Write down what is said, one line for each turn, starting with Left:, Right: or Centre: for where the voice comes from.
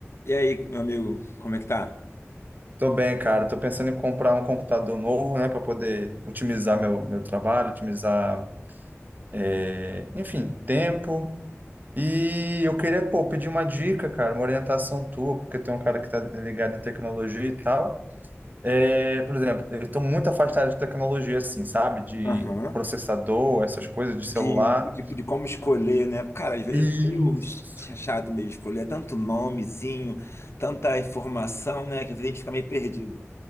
Left: E aí, meu amigo, como é que tá?
Right: Tô bem, cara. Tô pensando em comprar um computador novo, né, para poder otimizar meu, meu trabalho, otimizar, é, enfim, tempo. E eu queria, pô, pedir uma dica, cara, uma orientação tua, porque tem um cara que tá ligado em tecnologia e tal. É, por exemplo, eu tô muito afastado de tecnologia, assim, sabe? De
Left: Aham.
Right: processador, essas coisas, de celular.
Left: De, de, de como escolher, né? Cara, às vezes
Right: Isso.
Left: é meio ch- chato meio escolher, é tanto nomezinho, tanta informação, né? Que às vezes a gente fica meio perdido.